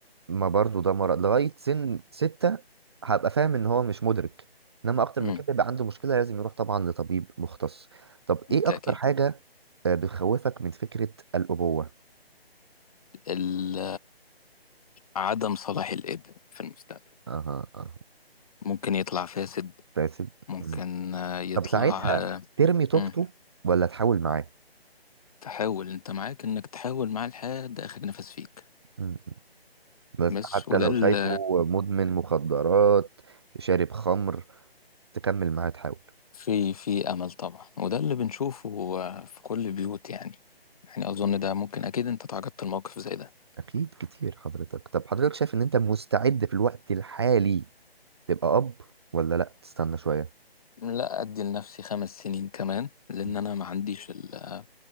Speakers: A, on the right (about 25°); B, on the left (about 35°).
A: ما برضو ده مرض لغاية سن ستة هبقى فاهم ان هو مش مدرك انما اكتر
B: امم
A: من كده يبقى عنده مشكلة لازم يروح طبعا لطبيب مختص طب
B: بالتاكيد
A: ايه اكتر حاجة آه، بتخوفك من فكرة الأبوة
B: ال... عدم صلاح الابن في المستقبل
A: اها اها
B: ممكن يطلع فاسد
A: بس-
B: ممكن
A: مم.
B: آه، يطلع
A: طب ساعتها
B: آه،
A: ترمي توبته
B: مم.
A: ولا تحاول معاه
B: تحاول انت معاك انك تحاول معاه لحد اخر نفس فيك
A: مم. بس
B: بس
A: حتى
B: وده
A: لو
B: اللي
A: شايفه مدمن مخدرات شارب خمر تكمل معاه تحاول
B: في في امل طبعا وده اللي بنشوفه آه، في كل البيوت يعني يعني اظن ده ممكن اكيد انت تعرضت لموقف زي ده
A: اكيد كتير حضرتك طب حضرتك شايف ان انت مستعد في الوقت الحالي تبقى اب ولا لا تستنى شويه
B: لا ادي لنفسي خمس سنين كمان لان
A: مم.
B: انا ما عنديش ال-